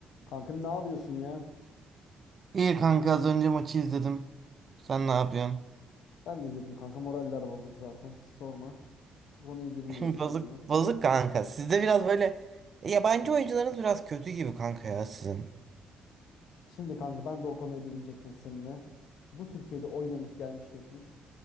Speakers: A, on the left; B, on the right.
A: Kankam ne yapıyorsun ya?
B: İyi kanka az önce maçı izledim. Sen ne yapıyorsun?
A: Ben de izledim kanka moraller bozuk zaten sorma. Hiç o konuya girmeyelim
B: <laughs> Bozuk,
A: yani.
B: bozuk kanka. Sizde biraz böyle E, yabancı oyuncularınız biraz kötü gibi kanka ya sizin.
A: Şimdi kanka ben de o konuya değinecektim seninle. Bu Türkiye'de oynamış gelmiş geçmiş.